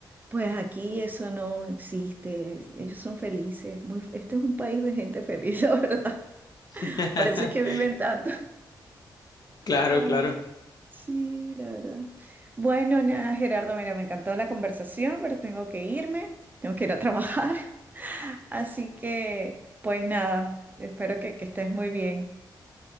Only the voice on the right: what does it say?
Pues aquí eso no existe. Ellos son felices. Muy, este es un país de gente feliz, <laughs> la verdad.
Por eso es que viven tanto.
Ah,
sí, la verdad. Bueno, nada, Gerardo, mira, me encantó la conversación, pero tengo que irme. Tengo que ir a trabajar. <laughs> Así que, pues nada, espero que, que estés muy bien.